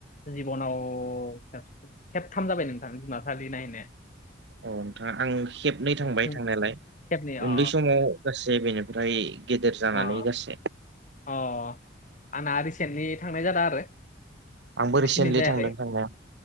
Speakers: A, on the left (about 45°); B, on the right (about 65°).
A: जिबनाव खेबथाम जाबाय नोंथां जुनार सालि नायनाया
B: औ नोंथाङा आं खेबनै थांबाय
A: उम
B: थांनायालाय
A: खेबनै अ
B: उन्दै समाव गासै बेनिफ्राय गेदेर जानानै
A: अ
B: गासे
A: अ आंना रिसेन्टलि थांनाय जादों आरो ए
B: आंबो
A: बिसि
B: रिसेन्टलि
A: निदायाखै
B: थांदों थांनाया